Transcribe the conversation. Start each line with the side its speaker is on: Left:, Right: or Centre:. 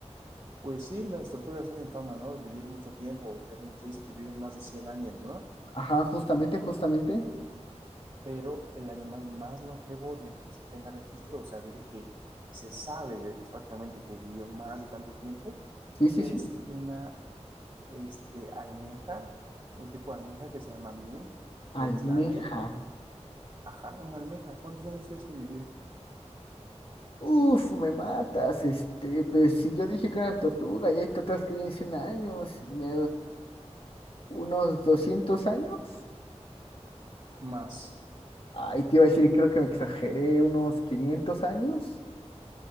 Right: Pues sí, las tortugas tienen fama, ¿no? De vivir mucho tiempo, según se dice que viven más de 100 años, ¿no?
Left: Ajá, justamente, justamente.
Right: Pero el animal más longevo del que se tenga registro, o sea, del que se sabe exactamente que vivió más de tanto tiempo,
Left: Sí, sí,
Right: es
Left: sí.
Right: una este, almeja, un tipo de almeja que se llama mink de
Left: Almeja.
Right: Islandia. Ajá, una almeja. ¿Cuántos años crees que vivió?
Left: Uf, me matas, este, pues si yo dije que era tortuga y hay tortugas que viven 100 años, me, unos 200 años.
Right: más
Left: Ay, te iba a decir, creo que me exageré, unos 500 años.